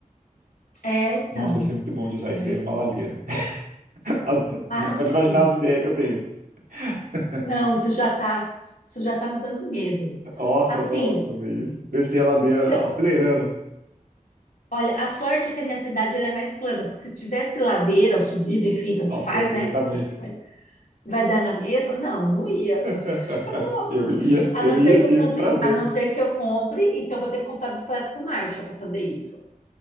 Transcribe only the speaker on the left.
É, então.
Eu-
Aff,
Não, isso já tá, isso já tá me dando medo.
Assim,
se eu,
olha, a sorte é que a minha cidade ela é mais plana, porque se tivesse ladeira ou subida, enfim, tanto
faz,
né? Porque
vai, vai dar na mesma. Não, eu não ia. <laughs>
Acho que Eu não vou
subir.
A
não ser
que eu compre,
a não ser que eu compre, então eu vou ter que comprar bicicleta com marcha para fazer isso.